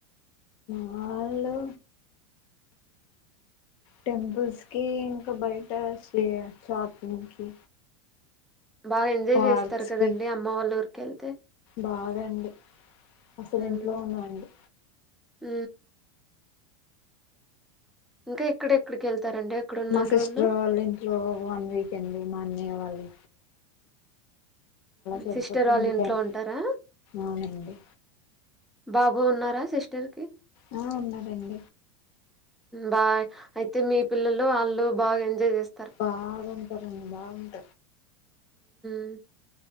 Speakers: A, on the left; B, in the centre.
A: వాళ్ళు టెంపుల్స్ కి ఇంకా బయట స్ షాపింగ్ కి
B: బాగా ఎంజాయ్
A: పార్క్స్
B: చేస్తారు కదండి
A: కి
B: అమ్మ వాళ్ళ ఊరిక వెళ్తే
A: బాగా అండి అసలు
B: హ
A: ఇంట్లో ఉండమండి
B: ఇంకా ఎక్కడెక్కడికి వెళ్తారండి అక్కడ ఉన్న
A: మా సిస్టర్
B: రోజులు
A: వాళ్ళు ఇంట్లో వన్ వీక్ అండి మా అన్నయ్య వాళ్ళు సరిపోతుంది
B: సిస్టర్ వాళ్ళు ఇంట్లో
A: టైం
B: ఉంటారా
A: అవునండి
B: బాబా బో ఉన్నారా సిస్టర్ కి
A: ఆ ఉన్నారండి
B: బాయ్ అయితే మీ పిల్లలు వాళ్ళు బాగా ఎంజాయ్ చేస్త
A: బాగుంటరడి బాగుంట
B: అ